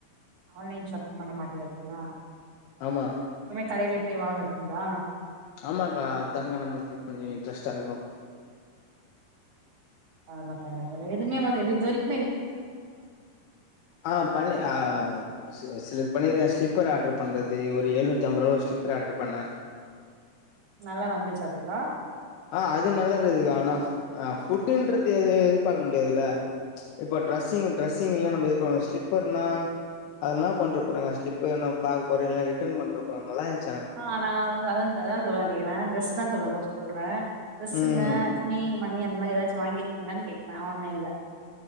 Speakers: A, on the right; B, on the left.
A: ஆன்லைன் ஷாப்பிங் பண்ண மாட்டியா தோழா
B: ஆமா
A: கடையில போய் வாங்கறக்குங்களா?
B: ஆமாங்க்கா அதாங்க நம்மளுக்கு கொஞ்சோ இன்ட்ரெஸ்டா இருக்கு
A: பரவா பரவால்ல எதுமே வந்து இது இதுவரைக்
B: ஆ பண்ணி ஆ சில சிலது பண்ணிருக்கறே ஸ்லிப்பர் ஆர்ட்ரு பண்றது ஒரு ஏழ்நூத்தி அம்பது ரூவா ஒரு ஸ்லிப்பர் ஆர்ட்ரு பண்ணே.
A: நல்லா வந்துச்சா தோழா?
B: ஆ அது நல்லா இருக்குதுக்கா. ஆனா ஃப் ஆ ஃபுட்டுன்றது இது எதிர்பாக்க முடியாதுல்ல. இப்ப டிரெஸ்ஸிங் டிரெஸ்ஸிங் எல்லா நம்ப எதிர்பாக்கமுடியாது. ஸ்லிப்பர்னா அது என்னா பண்ணிருக்க போறாங்க ஸ்லிப்பர் நம்ம பாக்க போறோ இல்ல ரிட்டர்ன் பண்ற போறோ நல்லா இருந்
A: ஆ நா வந்து அதா அதா தோழா நா கேக்குறே டிரெஸ்ஸுதா தோழா சொல்றே டிரஸ்ஸுங்க
B: ம்
A: துணி துணி மணி அந்த மாரி ஏதாச்சு வாங்கிருக்கீங்களான்னு கேக்கறே ஆன்லைன்ல